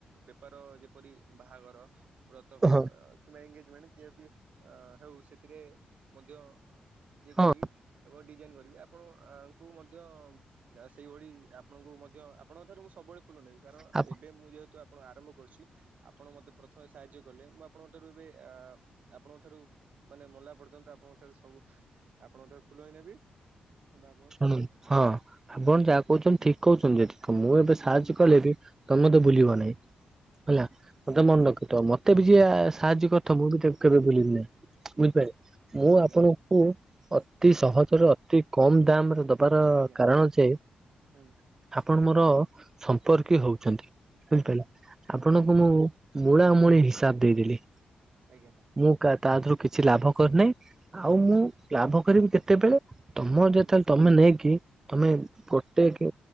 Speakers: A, on the right; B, on the right.
A: ବେପାର ଯେପରି ବାହାଘର, ବ୍ରତ ଘର
B: ହଁ
A: ଆ କିମ୍ବା ଏଗେଜମେଣ୍ଟ ଯିଏ ବି ଅ, ହେଉ ସେଥିରେ ମଧ୍ୟ ଇଏ
B: ହଁ
A: କରିବି, ଏବଂ ଡିଜାଇନ୍ କରିବି। ଆପଣ ଆଙ୍କୁ ମଧ୍ୟ ଆ, ସେଇଭଳି ଆପଣଙ୍କୁ ମଧ୍ୟ ଆପଣଙ୍କ ଠାରୁ ମୁଁ ସବୁବେଳେ ଫୁଲ ନେବି। କାରଣ
B: ଆପଣ
A: ଏବେ ମୁଁ ଯେହେତୁ ଆ ଆପଣ ଆରମ୍ଭ କରୁଛି। ଆପଣ ମୋତେ ପ୍ରଥମେ ସାହାଯ୍ୟ କଲେ। ମୁଁ ଆପଣଙ୍କ ଠାରୁ ଏବେ ଆ ଆପଣଙ୍କ ଠାରୁ, ମାନେ ମଲା ପର୍ଯ୍ୟନ୍ତ ଆପଣଙ୍କ ଠାରୁ ସବୁ ଆପଣଙ୍କଠାରୁ ଫୁଲ ହେଇ ନେବି। ହଁ ବାବ
B: ଶୁଣନ୍ତୁ ହଁ, ଆପଣ ଯାହା କହୁଛନ୍ତି ଠିକ କହୁଛନ୍ତି ଯେ ଦେଖ ମୁଁ, ଏବେ ସାହାଯ୍ୟ କଲେ ବି ତୋମେ ତେ ବୁଲିବ ନାହିଁ, ହେଲା। ମୋତେ ମନେ ରଖିଥ, ମୋତେ ବି ଯିଏ ସାହାଯ୍ୟ କର ଥ ମୁଁ ବି ତାକୁ କେବେ ଭୁଲିବି ନାହିଁ। ବୁଝିପାଇଲେ, ମୁଁ
A: ଆଜ୍ଞା
B: ଆପଣ ଙ୍କୁ ଅତି ସହଜରେ ଅତି କମ ଦାମରେ ଦ ବାର
A: ଆଜ୍ଞା
B: କାରଣ ଯେ
A: ହୁଁ
B: ଆପଣ ମୋର ସମ୍ପର୍କୀୟ ହଉଛନ୍ତି। ବୁଝିପାଇଲ?
A: ଆଜ୍ଞା
B: ଆପଣଙ୍କୁ
A: ହୁଁ
B: ମୁଁ ମୂଳା ମୂଣି ହିସାବ ଦେଇଦେଲି।
A: ଆଜ୍ଞା।
B: ମୁଁ କା- ତା ଧିଅରୁ କିଛି ଲାଭ କରିନାହିଁ। ଆଉ ମୁଁ ଲାଭ କରିବି କେତେବେଳେ ତମର ଯେତେବେଳେ
A: ଠିକ୍ ଅଛି
B: ତମେ ନେଇକି। ତମେ ଗୋଟେ କେ